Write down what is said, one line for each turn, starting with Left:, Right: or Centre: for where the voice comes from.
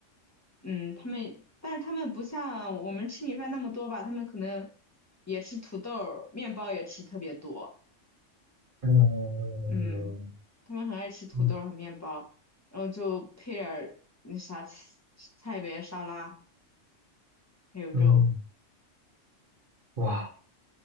Left: 嗯，他们，但是他们不像我们吃米饭那么多吧，他们可能也吃土豆儿面包也吃特别多，
Right: 嗯
Left: 嗯，他们很爱吃土豆儿和面包，
Right: 嗯，
Left: 然后就配点儿那啥菜菜呗，沙拉还有肉，
Right: 嗯哇。